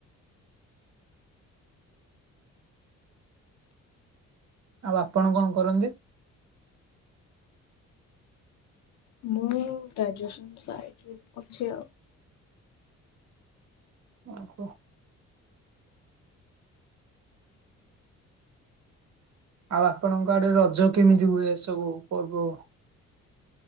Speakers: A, on the right; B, on the left.
A: ଆଉ ଆପଣ କଣ କରନ୍ତି?
B: ମୁଁ ଗ୍ରାଜୁଏସନ ସାରିକି ଅଛି ଆଉ।
A: ଓ ହୋ। ଆଉ ଆପଣଙ୍କ ଆଡେ ରଜ କେମିତି ହୁଏ ସବୁ ପର୍ବ